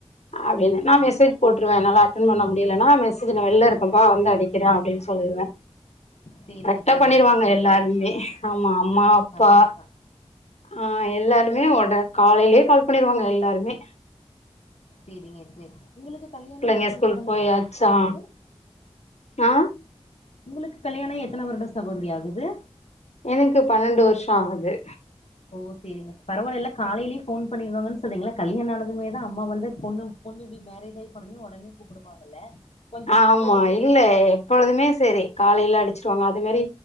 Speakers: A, on the left (about 80°); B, on the left (about 65°).
A: அப்டீன்னு மெசேஜ் போட்ருவ என்னால அட்டன் பண்ண முடியலன்னா மெசேஜ் நா வெள்ள இருக்கேன்ப்பா வந்து அடிக்குற அப்டின்னு சொ ல்வே
B: சேரிங்க
A: கரெக்டா
B: சேரிங்க
A: பண்ணிருவாங்க
B: சகோதரி
A: எல்லாருமே ஆமா அம்மா அப்பா
B: பரவால்லப்பா
A: ஆ எல்லாருமே ஒட காலைலயே கால் பண்ணிருவாங்க எல்லாருமே
B: செரிங்க செரி உங்குளுக்கு கல்யாணாய்
A: பிள்ளைங்க
B: எத்தன
A: ஸ்கூல்
B: வருடங்கள்
A: போயாச்சா
B: சகோதரி ஆகுது
A: ஆ
B: உங்குளுக்கு கல்யாணாய் எத்தன வருடோ சகோதரி ஆகுது
A: எனக்கு பன்னெண்டு வர்ஷோ ஆகுது
B: ஓ செரிங்க பரவால எல்லா காலைலயே ஃபோன் பண்ணிருவாங்கன்னு சொல்றீங்கல கல்யாணோ ஆனதுமேதா அம்மா வந்து பொண்ணு பொண்ணு இப்டி மேரேஜ் ஆய் போனதுமே ஒடனே கூப்புடுவாங்கல்ல கொஞ்ச நாள்
A: ஆமா
B: போக போக
A: இல்ல
B: வந்து பழகி
A: எப்பொழுதுமே செரி காலைல அடிச்சிருவாங்க இந்த மாரி